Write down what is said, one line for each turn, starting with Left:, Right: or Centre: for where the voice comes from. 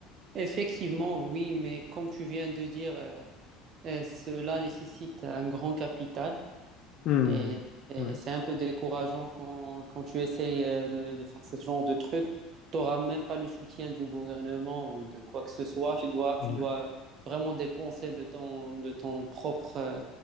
Right: Effectivement, oui, mais comme tu viens de dire, euh, euh, cela nécessite un grand capital
Left: Hmm.
Right: et, et
Left: Ouais.
Right: c'est un peu décourageant quand, quand tu essayes euh, de, de faire ce genre de truc. Tu n'auras même pas le soutien du gouvernement ou de quoi que ce soit. Tu dois, tu
Left: Ouais.
Right: dois vraiment dépenser de ton, de ton propre euh,